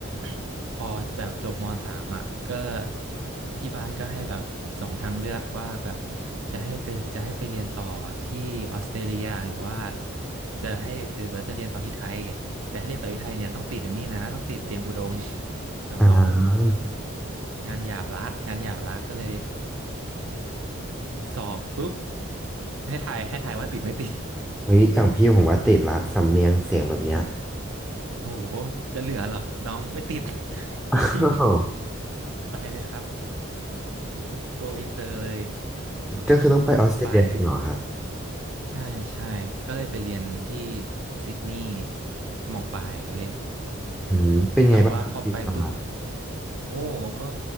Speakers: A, on the right; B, in the centre.
A: <coughs> พอแบบจบมสามอ่ะก็ที่บ้านก็ให้แบบสองทางเลือกว่าแบบจะให้ไปจะให้ไปเรียนต่อที่ออสเตรเลียหรือว่าจะให้จะหรือว่าจะเรียนต่อที่ไทยแต่ถ้าเรียนต่อที่ไทยเนี่ยต้องติดอันนี้นะต้องติดเตรียมอุดม <laughs> แบบเอ้า
B: อ๋อ
A: งานหยาบละงานหยาบละก็เลยสอบปุ๊บให้ทายให้ทายว่าติดไม่ติด
B: เฮ้ยอย่างพี่ผมว่าติดละสำเนียงเสียงแบบเนี้ย
A: โอ้โหจะเหลือหรอน้องไม่ติด <laughs>
B: <laughs> อ้า
A: พี่
B: ว
A: ไปเลยครับโกอินเตอร์เลย
B: ก็คือต้องไปออสเตรเลียจริงเหรอครับ
A: มปลาย ใช่ใช่ก็เลยไปเรียนที่ซิดนีย์มปลายเว้ย
B: อืมเป็นไงบ้างครับชีวิตประมาณ
A: แต่ว่าพอไปปุ๊บโอ้ก็